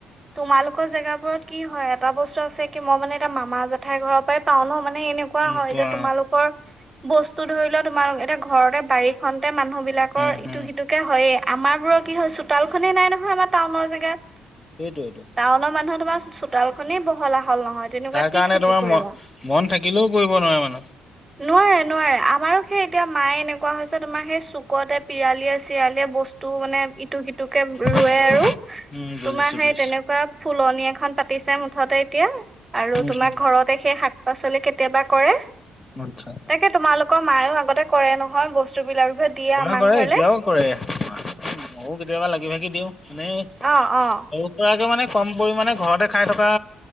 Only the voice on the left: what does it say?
উম,
পোৱা
উম, উম,
সেইটোৱেটো
তাৰ কাৰণে
তোমাৰ
ম মন থাকিলেও কৰিব নোৱাৰে মানুহ।
<unintelligible>
বুজিছো
বুজিছো
উম,
উম,
আচ্ছা
কৰে-কৰে
এতিয়াও কৰে, মইয়ো কেতিয়াবা লাগি ভাগি দিওঁ, মানে
মোৰ পৰা মানে কম পৰিমানে ঘৰতে খাই থকা